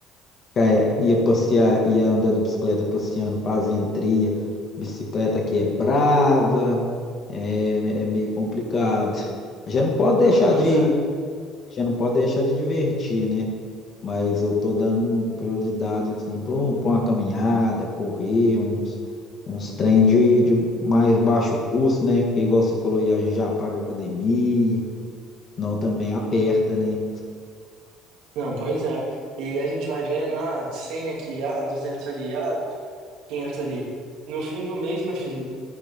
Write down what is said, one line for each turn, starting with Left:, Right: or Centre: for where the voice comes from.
Left: É, ia passear, ia andar de bicicleta passeando, fazendo trilha. Bicicleta que é brava, é, é é meio complicado. A gente não pode deixar
Right: Não, pois
Left: de,
Right: é.
Left: a gente não pode deixar de divertir, né? Mas eu tô dando prioridade assim para uma caminhada, correr, uns uns trem de, de mais baixo custo, né? Porque igual você falou, aí, a gente já paga academia, senão também aperta, né?
Right: Não, pois é. E a gente vai vendo, ah, 100 aqui, ah, 200 ali, ah, 500 ali. No fim do mês, meu filho,